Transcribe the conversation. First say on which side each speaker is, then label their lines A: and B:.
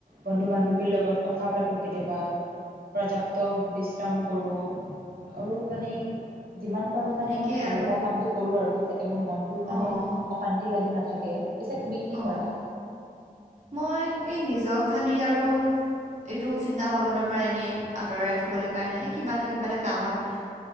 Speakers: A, on the right (about 80°); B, on the right (about 50°).
A: বন্ধু বান্ধৱীৰ লগত কথা পাতো কেতিয়াবা। প্ৰৰ্যাপ্ত বিশ্ৰাম কৰোঁ আৰু মানে যিমান, কৰো
B: সেনেকেই
A: মানে মই ভাল
B: আৰু
A: লগা কামটো কৰো আৰু যাতে মোৰ মনটো মানে
B: অ',
A: অশান্তি লাগি নাথাকে। পিছে তুমি কি
B: অ',
A: কৰা?
B: মই এই নিজক খালী আৰু, এইটো চিন্তা ভাৱনাৰ পৰা এনেই আঁতৰাই ৰাখিবলৈ কাৰণে কিবা নহলে কিবা এটা কামত,